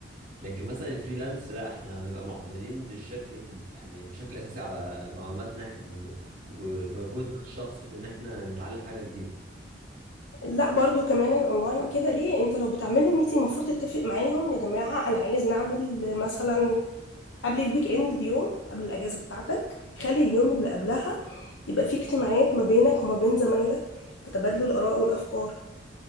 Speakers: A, on the right (about 45°); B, on the left (about 75°).
A: لكن مثلا الفريلانس لا احنا بنبقى معتمدين بالشكل يعني بشكل اساسي على معلوماتنا احنا و... ومجهودنا الشخصي في ان احنا نتعلم حاجة جديدة
B: لا برضو كمان الاونلاين كده ليه انت لو بتعملوا ميتنج المفروض تتفق معاهم يا جماعه انا عايز نعمل مثلا قبل الويك اند بيوم قبل الاجازه بتاعتك خلي اليوم اللي قبلها يبقى فيه اجتماعات ما بينك وما بين زمايلك تتبادلوا الاراء والافكار